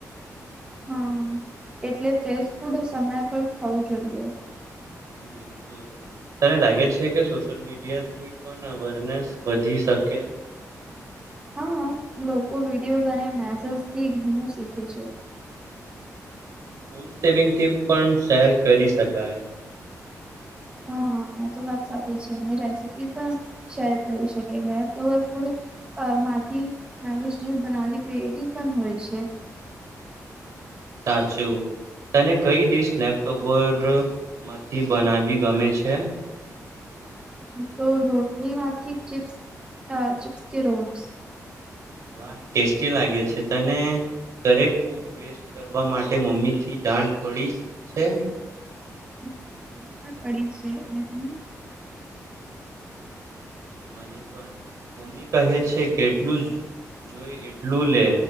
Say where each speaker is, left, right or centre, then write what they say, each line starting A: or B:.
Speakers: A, on the right; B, on the right.
A: હા એટલે પ્રેસ ફૂડ સમય પર ખાવું જોઈએ,
B: બિલકુલ તને લાગે છે, કે સોશિયલ મીડિયા થી પણ અવેરનેસ વધી શકે,
A: હા લોકો વિડિયોઝ અને મેસેસથી ઘણું શીખે છે,
B: ફૂડ સેવિંગ ટીપ પણ શેર કરી શકાય,
A: હા આ તો વાત સાચી છે, રેસીપી પણ શેર કરી શકે લેફ્ટઓવર ફૂડ અ માંથી નવી જ રીલ બનાવી ક્રિએટિવ પણ હોય છે,
B: સાચું તને કઈ ડિશ લેફ્ટઓવર માંથી બનાવી ગમે છે,
A: હુંતો રોટલીમાંથી ચિપ્સ અ ચિપ્સ કે રોલ્સ
B: વાહ ટેસ્ટી લાગે છે, તને ઘરે ફૂડ વેસ્ટ કરવા માટે મમ્મી થી દાંટ પડી છે,
A: હ ઘણી વાર પડી છે, અને તમે
B: મને પણ મમ્મી કહે છે, કે એટલું જોઈ એટલું લે